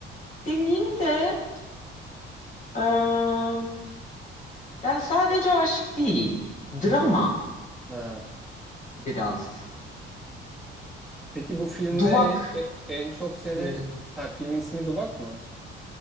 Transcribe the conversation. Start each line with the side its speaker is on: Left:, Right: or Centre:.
Left: demeyeyim de eee, yani sadece aşk değil. Drama
Centre: Ha.
Left: biraz.
Centre: Peki bu filmde
Left: Duvak.
Centre: e- e- en çok seni
Left: Hmm,
Centre: ha filmin ismi Duvak mı?